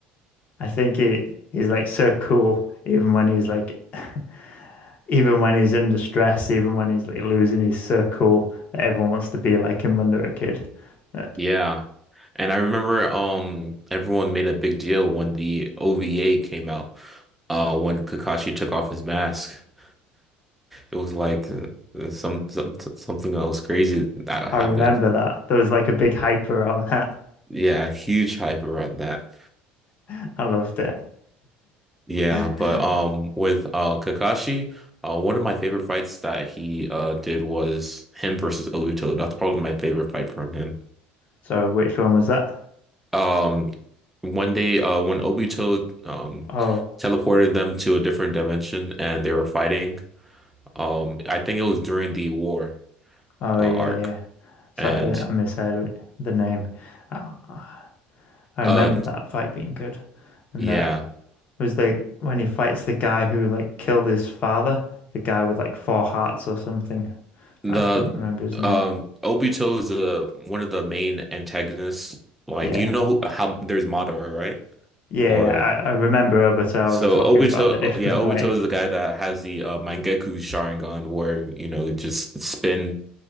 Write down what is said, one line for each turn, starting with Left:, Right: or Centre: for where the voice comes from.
Left: I think he he's like so cool, even when he's like, <laughs> even when he's under stress, even when he's like losing, he's so cool that everyone wants to be like him when they're a kid.
Centre: <laughs>
Left: Uh,
Centre: yeah And I remember um everyone made a big deal when the OVA came out, uh when Kakashi took off his mask. <laughs> It was like uh, some, some something that was crazy that happened.
Left: I remember that. There was like a big hype around that.
Centre: Yeah, huge hype around that.
Left: <laughs> I loved it.
Centre: Yeah,
Left: <laughs>
Centre: but um with uh Kakashi, uh one of my favorite fights that he uh did was him versus Obito. That's probably my favorite fight from him.
Left: So which one was that?
Centre: Um, when they uh when Obito um
Left: Oh,
Centre: teleported them to a different dimension and they were fighting, um, I think it was during the war
Left: oh
Centre: uh,
Left: yeah,
Centre: arc.
Left: yeah. Sorry,
Centre: And
Left: I I misheard the name. Uh, I remember
Centre: uh
Left: that fight being good, and
Centre: yeah,
Left: that. It was like when he fights the guy who like killed his father, the guy with like four hearts or something.
Centre: the
Left: I couldn't remember his name.
Centre: um Obito is uh, one of the main antagonists. Like
Left: Yeah.
Centre: you know who- how there's Madara, right?
Left: Yeah,
Centre: Or
Left: yeah, I, I remember Obito. I
Centre: so
Left: was talking
Centre: Obito,
Left: about the <laughs> different
Centre: yeah, Obito
Left: fight.
Centre: is the guy that has the uh, Mangekyou Sharingan, where you know just spin,